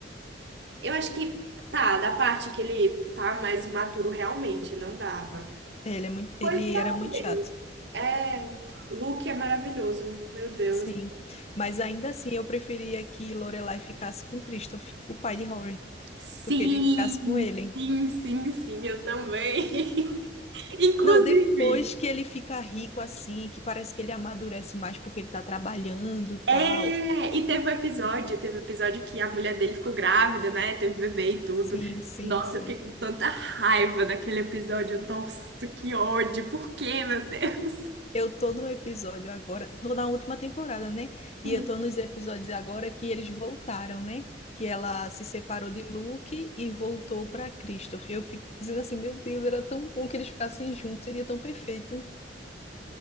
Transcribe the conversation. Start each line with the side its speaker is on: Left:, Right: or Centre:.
Right: Eu acho que tá, da parte que ele tá mais imaturo realmente, não dava.
Left: É, Ele é muito,
Right: Pois
Left: ele
Right: talvez.
Left: era muito chato.
Right: É, Luke é maravilhoso, meu Deus.
Left: Sim, mas ainda assim eu preferia que Lorelai ficasse com Christoph, o pai de Rory.
Right: Sim,
Left: Eu queria que ficasse com ele.
Right: sim, sim, sim, eu também. <laughs> Inclusive.
Left: Não, depois que ele fica rico assim, que parece que ele amadurece mais porque ele tá trabalhando,
Right: É,
Left: tal.
Right: e teve um episódio, teve um episódio que a mulher dele ficou grávida, né? Teve bebê e tudo.
Left: Sim, sim,
Right: Nossa,
Left: sim.
Right: eu fiquei com tanta raiva daquele episódio. Nossa, que ódio. Por quê, meu Deus?
Left: Eu tô no episódio agora, tô na última temporada, né? E
Right: Hum.
Left: eu tô nos episódios agora que eles voltaram, né? Que ela se separou de Luke e voltou pra Christoph. Eu fico dizendo assim, meu Deus, era tão bom que eles ficassem juntos, seria tão perfeito.